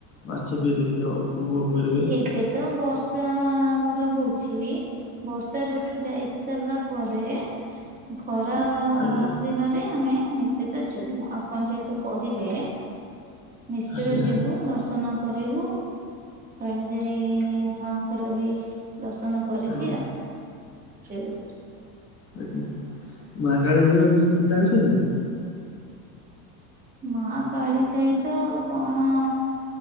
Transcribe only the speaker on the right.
ଏଇଥି ତ ବର୍ଷା ଆ ଆମର ହଉଛି। ବର୍ଷାଋତୁ ଯାଇ ସାରିଲା ପରେ ଖରା
ଦିନରେ ଆମେ ନିଶ୍ଚିତ ଯିବୁ ଆପଣ ଯେହେତୁ କହିଲେ ନିଶ୍ଚିତ
ଯିବୁ ଦର୍ଶନ କରିବୁ। କାଳିଜାଈ ମାଙ୍କର ବି ଦର୍ଶନ କରିକି
ଆସି ଆସିବୁ।
ମା କାଳିଜାଈ ତ କଣ